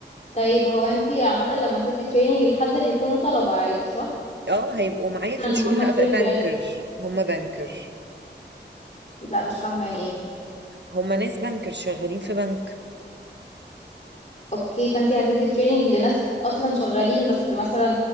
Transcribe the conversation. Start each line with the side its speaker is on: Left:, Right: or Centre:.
Left: طيب هو انتي عامة لما تدي تريننج لحد هيكونوا طلبة عادي صح؟
Right: اه هيبقوا معايا في
Left: مثلا اللي
Right: الشغل
Left: هم
Right: لا
Left: fresh
Right: ف- بنكر
Left: graduate
Right: هما بنكر
Left: لا مش فاهمة يعني ايه
Right: هما ناس بنكر شغالين في بنك
Left: اوكي فانتي هتدي تريننج لناس اصلا شغالين بس مثلا